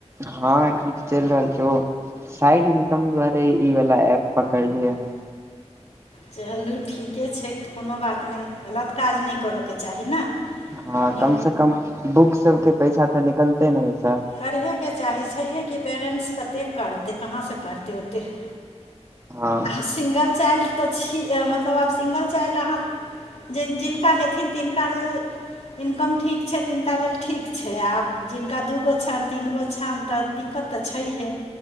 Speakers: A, on the right; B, on the left.
A: हँ एखन तऽ चलि रहल छै साइड इनकम द्वारे ई वला एप पकड़लियै हम
B: चलू ठीके छै कोनो बात नहि गलत काज नहि करयके चाही ने
A: हँ
B: नीक
A: कम से कम बुक सबके पैसा तऽ निकलते ने ऐस
B: करहेके चाही छैहे कि पैरेन्ट्स कतेक करतै कहाँसँ करतै ओतेक
A: हँ
B: आब सिंगल चाइल्ड तऽ छी मतलब आब सिंगल चाइल्ड अहाँ ज जिनका हेथिन तिनका लेल इनकम ठीक छै तिनक लेल ठीक छै आब जिनका दूगो छनि तीन गो छनि तऽ दिक्कत तऽ छैहे